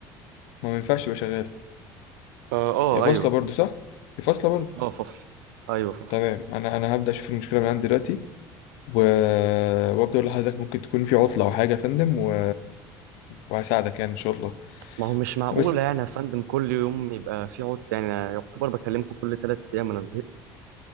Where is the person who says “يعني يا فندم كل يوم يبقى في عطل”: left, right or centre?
Right